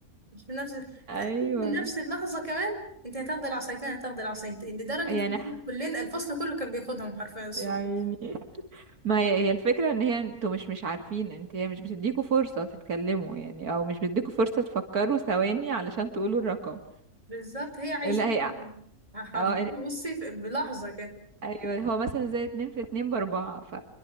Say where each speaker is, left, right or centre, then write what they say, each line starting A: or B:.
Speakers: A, on the right (about 20°); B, on the right (about 80°).
A: مش في نفس في
B: ايوه
A: أقل من نفس اللحظة كمان انت هتاخدي العصايتين هتاخدي العصايتين لدرجة
B: يعني
A: ان احنا
B: ح-
A: كلنا الفصل كله كان بياخدهم حرفيا الصبح
B: يا عيني ما هي هي الفكرة ان هي انتوا مش مش عارفين انت هي مش بتديكوا فرصة تتكلموا يعني او مش بتديكوا فرصة تفكروا ثواني علشان تقولوا الرقم
A: بالظبط هي عايزين
B: لا هي
A: حافظين
B: أو
A: بصي في- بلحظة كده
B: ايوه هو مثلا زي اتنين في اتنين باربعة ف